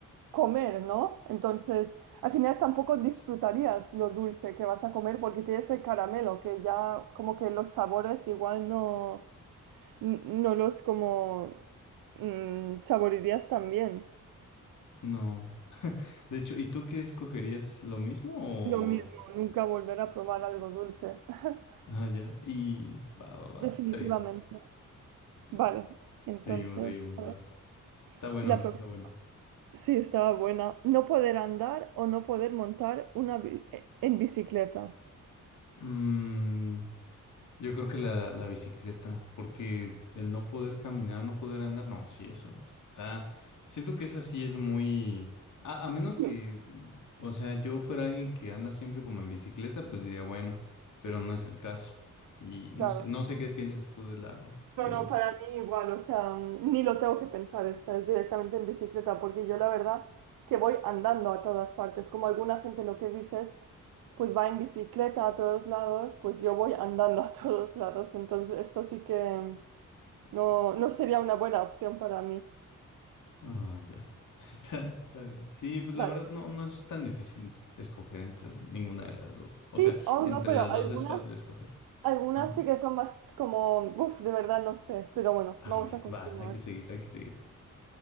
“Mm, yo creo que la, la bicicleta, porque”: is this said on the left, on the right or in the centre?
Left